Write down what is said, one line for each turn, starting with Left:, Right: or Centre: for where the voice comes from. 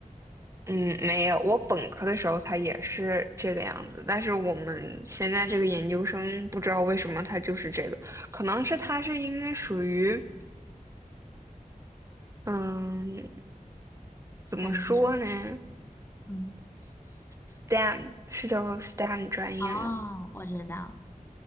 Right: 嗯，没有，我本科的时候它也是这个样子，但是我们现在这个研究生不知道为什么它就是这个，可能是它是因为属于。嗯，怎么说呢
Left: 大概是什么？嗯，
Right: ？STEM 是叫 STEM 专业吗？
Left: 哦，我知道，